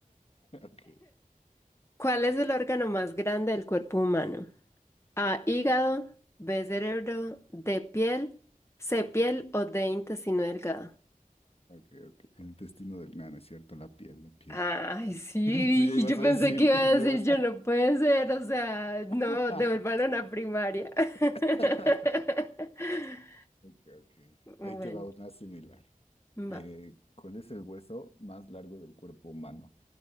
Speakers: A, on the left; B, on the left.
A: Ok,
B: ¿Cuál es el órgano más grande del cuerpo humano? A, hígado, B, cerebro, D, piel, C, piel o D, intestino delgado.
A: ok, ok. El destino del nano, es cierto, la piel, la piel.
B: Ay, sí,
A: <laughs> Tú ya ibas
B: y yo
A: a
B: pensé
A: decir,
B: que iba a
A: llevas.
B: decir, yo no puede ser, o sea,
A: <laughs>
B: no, devuélvanlo a primaria. <laughs>
A: <laughs> Ok, ok.
B: Bueno,
A: Ahí te va una similar.
B: va.
A: Eh, ¿cuál es el hueso más largo del cuerpo humano?